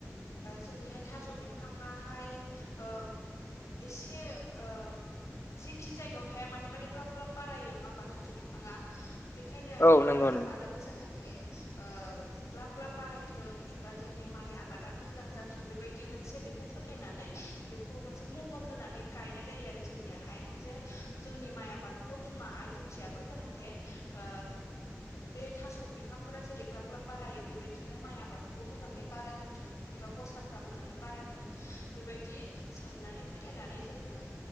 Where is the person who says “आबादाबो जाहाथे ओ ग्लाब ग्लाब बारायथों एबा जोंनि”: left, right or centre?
Left